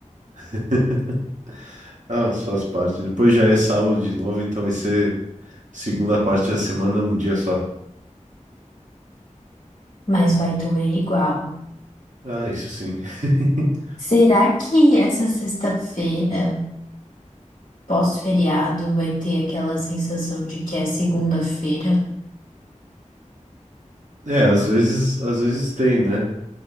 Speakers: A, on the right; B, on the left.
A: <laughs> Ah, mas faz parte. Depois já é sábado de novo, então vai ser segunda parte da semana, um dia só.
B: mas vai doer igual.
A: Ah, isso sim. <laughs>
B: Será que essa sexta-feira, pós-feriado, vai ter aquela sensação de que é segunda-feira?
A: É, às vezes, às vezes tem, né?